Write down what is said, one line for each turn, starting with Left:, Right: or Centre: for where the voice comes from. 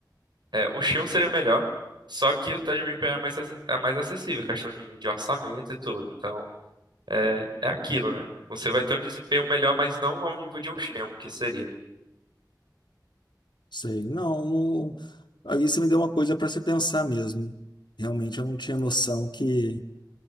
Right: é, o Xion seria o melhor, só que o Tide Reaper é mais, ac- é mais acessível, questão de, de orçamento e tudo. Então, é, é aquilo, né? Você vai ter um desempenho melhor, mas não ao nível de um Xion, que seria.
Left: Sei. Não, não... Aí você me deu uma coisa para você pensar mesmo. Realmente eu não tinha noção que.